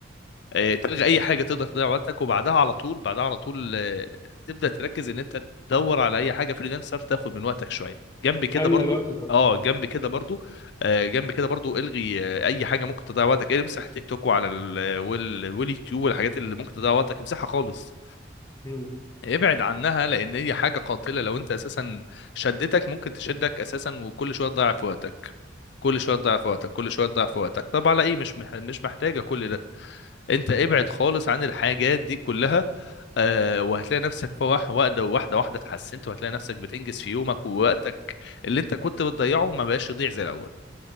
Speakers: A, on the left; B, on the left.
A: آه... تلغي اي حاجه تقدر تضيع وقتك وبعدها على طول بعدها على طول آه... تبدا تركز ان انت تدور على اي حاجه فريلانسر تاخد من وقتك شويه جنب كده
B: املى
A: برضو
B: الوقت ده
A: اه جنب كده برضو آه جنب كده برضو الغي آه اي حاجه ممكن تضيع وقتك إيه، امسح تيك توك وعلى ال... وال... واليوتيوب والحاجات اللي ممكن تضيع وقتك امسحها خالص
B: امم
A: ابعد عنها لان هي حاجه قاتله لو انت اساسا شدتك ممكن تشدك اساسا وكل شويه تضيع في وقتك كل شويه تضيع في وقتك كل شويه تضيع في وقتك طب على ايه مش مح... مش محتاجه كل ده انت ابعد خالص عن الحاجات دي كلها آه وهتلاقي نفسك في واحده واحده واحده واحدة اتحسنت وهتلاقي نفسك بتنجز في يومك ووقتك اللي انت كنت بتضيعه ما بقاش يضيع زي الاول